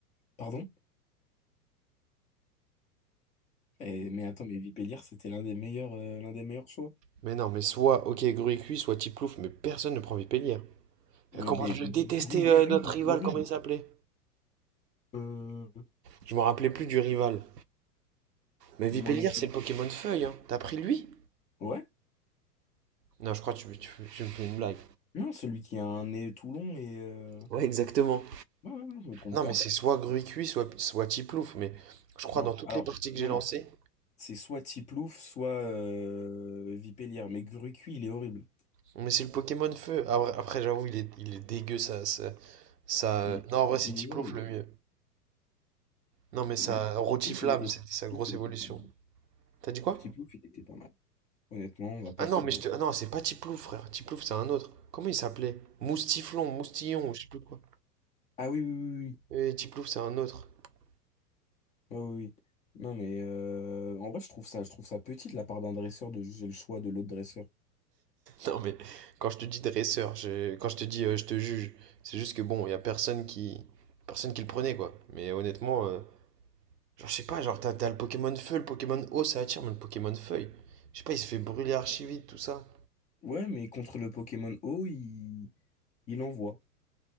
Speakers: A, on the left (about 15°); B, on the right (about 80°).
A: Pardon? Eh, mais attends, mais Vipélière, c'était l'un des meilleurs, euh, l'un des meilleurs choix.
B: Mais non, mais soit OK Gruy cuit, soit Tiplouf, mais personne ne prend Vipélier.
A: Mais,
B: Euh, Comment
A: mais
B: je le détestais,
A: gru-
B: euh,
A: cuit,
B: notre rival,
A: horrible.
B: comment il s'appelait?
A: Euh,
B: Je me rappelais plus du rival. Mais Vipélier,
A: moi non plus.
B: c'est le Pokémon Feuille, hein. T'as pris lui?
A: Ouais?
B: Non, je crois que tu, tu- tu me fais une blague.
A: Non, celui qui a un nez tout long et... euh,
B: Ouais, exactement.
A: Ouais, ouais, ouais, je me trompe
B: Non,
A: pas.
B: mais c'est soit Gruy cuit, soit, soit Tiplouf, mais je crois
A: Non,
B: dans toutes
A: alors,
B: les parties que
A: non,
B: j'ai lancées.
A: non. C'est soit Tiplouf, soit euh, Vipélière. Mais Grucui, il est horrible.
B: Mais c'est le Pokémon Feu. Ah, ouais, Après, j'avoue, il est, il est dégueu, ça, ça, ça-
A: Il,
B: Non, en
A: il
B: vrai, c'est Tiplouf
A: est horrible.
B: le mieux. Non, mais ça.
A: Bon,
B: Rotiflamme,
A: Tiplouf, il était,
B: c'était sa
A: Tiplouf,
B: grosse
A: il
B: évolution.
A: était pas mal.
B: T'as dit quoi?
A: Tiplouf, il était pas mal. Honnêtement, on va pas
B: Ah non,
A: se...
B: mais je te... ah non, c'est pas Tiplouf, frère. Tiplouf, c'est un autre. Comment il s'appelait? Moustiflon, Moustillon, je sais plus quoi.
A: Ah oui, oui, oui, oui.
B: Euh, Tiplouf, c'est un autre. <laughs>
A: Ah oui, oui. Non, mais euh, en vrai, je trouve ça, je trouve ça petit de la part d'un dresseur de juger le choix de l'autre dresseur.
B: Non, mais quand je te dis dresseur, je- quand je te dis euh, je te juge, c'est juste que bon, il y a personne qui... personne qui le prenait, quoi. Mais honnêtement, euh, genre, je sais pas, genre, t'as, t'as le Pokémon Feu, le Pokémon Eau, ça attire, mais le Pokémon Feuille, je sais pas, il se fait brûler archi vite, tout ça.
A: Ouais, mais contre le Pokémon O, il, il envoie,